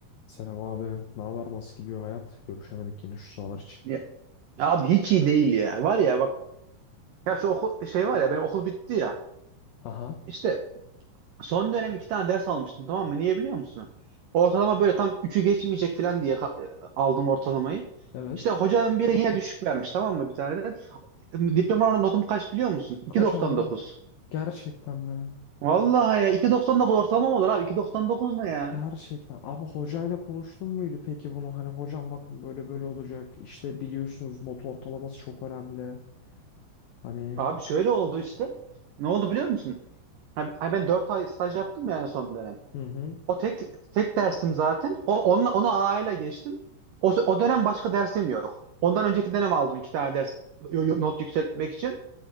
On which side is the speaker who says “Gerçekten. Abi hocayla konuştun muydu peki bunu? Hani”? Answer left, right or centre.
Left